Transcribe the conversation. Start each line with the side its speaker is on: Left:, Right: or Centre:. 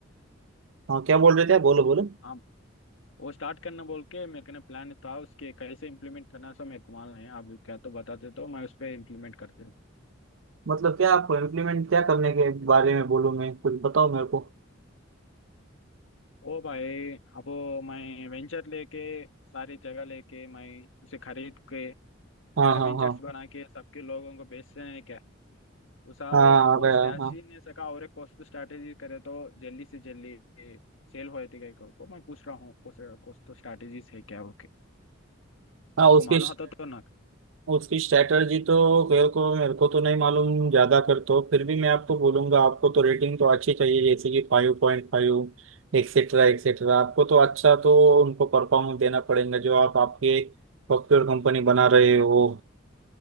Right: हाँ क्या बोल रहे थे आप? बोलो बोलो
Left: हाँ वो स्टार्ट करना बोल के मेरे को ना प्लान था उसके कैसे इम्प्लीमेंट करना सो मेरे को मालूम है आप क्या तो बताते तो मैं उस पर इम्प्लीमेंट करते
Right: मतलब क्या आपको इम्प्लीमेंट क्या करने के बारे में बोलूँ मैं कुछ बताओ मेरे को
Left: ओ भाई अब मैं वेंचर लेके सारी जगह लेके मैं उसे खरीद के
Right: हाँ
Left: सारे
Right: हाँ
Left: वेंचर्स
Right: हाँ
Left: बना के सबके लोगों को बेचते हैं क्या उसा
Right: हाँ
Left: वो
Right: आ गया
Left: स्ट्रैटेजी
Right: हाँ
Left: ने सका और एक कॉस्ट स्ट्रैटेजी करे तो जल्दी से जल्दी सेल हो जाती को मैं पूछ रहा हूँ कॉस्ट स्ट्रैटेजीज है क्या ओके
Right: हाँ
Left: आपको
Right: उसके
Left: मालूम होता तो ना
Right: उसकी स्ट्रैटेजी तो मेरे को मेरे को तो नहीं मालूम ज्यादा कर तो फिर भी मैं आपको बोलूंगा आपको तो रेटिंग तो अच्छी चाहिए जैसे कि five point five etcetera etcetera आपको तो अच्छा तो उनको परफॉर्मेंस देना पड़ेगा जो आप आपके सॉफ्टवेयर कंपनी बना रहे हो